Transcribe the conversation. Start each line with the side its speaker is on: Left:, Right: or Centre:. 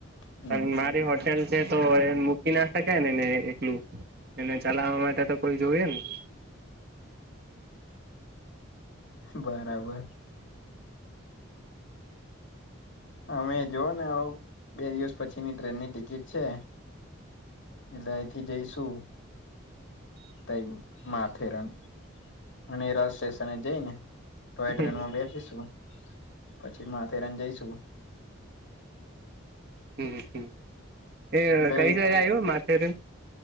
Left: હમ
Right: પણ મારી હોટ હોટલ છે તો એ મૂકી ના શકાય ને એને એકલું એને ચલાવવા માટે તો કોઈ જોયએ ને
Left: બરાબર. અમે જોુઓ ને આવ બે દિવસ પછીની ટ્રેનની ટિકિટ છે. એટલે અહીંથી જઈશું. તઈ માથેરાન અને <unintelligible> સ્ટેશનએ જઈને તોય ટ્રેનમાં
Right: હમ
Left: બેઠ <unintelligible> પછી માથેરાન જઈશું
Right: હમ્મ, એ
Left: ગઈ
Right: કઈ સાઈડ આવ્યું માથેરાન?